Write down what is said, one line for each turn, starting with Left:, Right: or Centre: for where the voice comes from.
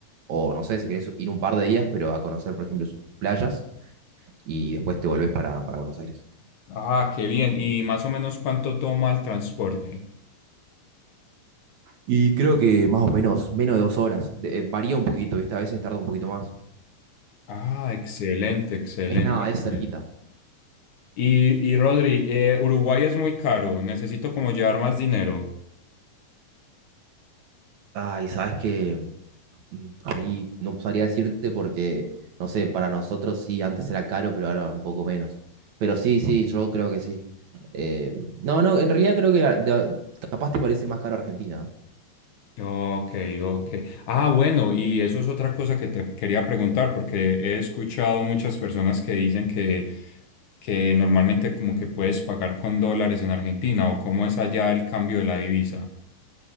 Right: o no sé, si querés ir un par de días, pero a conocer, por ejemplo, sus playas, y después te volvés para, para Buenos Aires.
Left: Ah, qué bien. ¿Y más o menos cuánto toma el transporte?
Right: Y creo que más o menos, menos de dos horas. De- eh, varía un poquito, ¿viste? A veces tarda un poquito más.
Left: Ah, excelente, excelente.
Right: Es nada,
Left: Rodri.
Right: es cerquita.
Left: Y, y Rodri, eh, Uruguay es muy caro. Necesito como llevar más dinero.
Right: Ay, ¿sabes qué? Mm, Ahí no sabría decirte porque, no sé, para nosotros sí, antes era caro, pero ahora un poco menos. Pero sí, sí, yo creo que sí. Eh, no, no, en realidad creo que a- de- ah, capaz te parece más caro Argentina. ¿no?
Left: Ok, ok. Ah, bueno, y eso es otra cosa que te quería preguntar, porque he escuchado muchas personas que dicen que, que normalmente como que puedes pagar con dólares en Argentina o cómo es allá el cambio de la divisa.